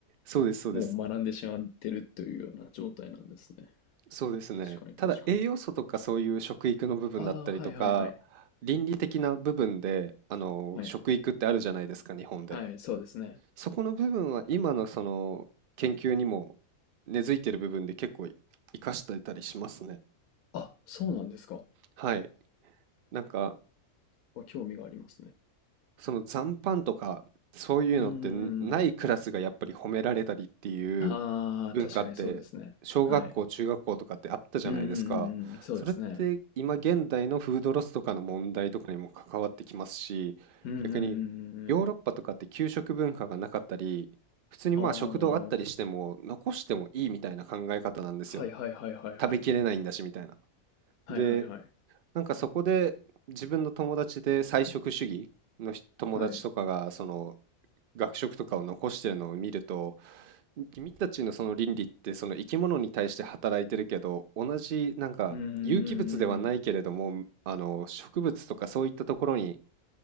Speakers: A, on the right (about 55°); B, on the left (about 85°).
A: そうです、そうです。
B: もう学んでしまってるというような状態なんですね。
A: そうですね。
B: 確かに確かに。
A: ただ栄養素とかそういう食育の部分だったりとか、
B: ああ、はいはいはい。
A: 倫理的な部分で、あの、
B: はい。
A: 食育ってあるじゃないですか、日本で。
B: はい、そうですね。
A: そこの部分は今のその研究にも根付いてる部分で結構活かしてたりしますね。
B: あ、そうなんですか。
A: はい。なんか
B: は興味がありますね。
A: その残飯とか、そういうのってんないクラスがやっぱり褒められたりっていう
B: うんうんうん。ああ、
A: 文化って、
B: 確かにそうですね。
A: 小学校、
B: はい。
A: 中学校とかってあったじゃないですか。
B: うんうんうんうん。そうですね。
A: それって今現代のフードロスとかの問題とかにも関わってきますし、
B: うんうんうんうんうん。
A: 逆にヨーロッパとかって給食文化がなかったり、普通にまあ食堂あったりしても残してもいいみたいな考え方なんですよ。
B: ああ、はいはいはいはいはい。
A: 食べきれないんだしみたいな。
B: はいはいはい。
A: で、なんかそこで、自分の友達で菜食主義の人友達とかが、
B: はい。
A: その、学食とかを残してるのを見ると、君たちのその倫理って、その生き物に対して働いてるけど、同じなんか有機物ではないけれども、
B: うんうんうんうんうん。
A: あの、植物とかそういったところに